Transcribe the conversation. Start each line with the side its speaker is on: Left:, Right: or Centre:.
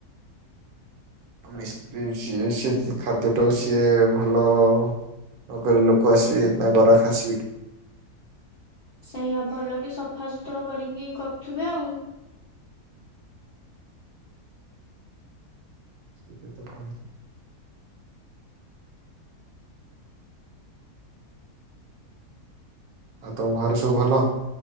Right: ମିସ୍ତ୍ରୀ ସିଏ ସ ଖାଦ୍ୟ ଟାକୁ ସିଏ ଭଲ ନକଲେ ଲୋକ ଆସିବେ ନା ଗରାଖ ଆସିବେ କି।
Left: ସେଇଆା ଭଲକି ସଫା ସୁତୁରା କରିକି କରୁଥିବେ ଆଉ।
Right: ସେଇଟା ତ କହିଛି। ଆଉ ତମ ଘରେ ସବୁ ଭଲ।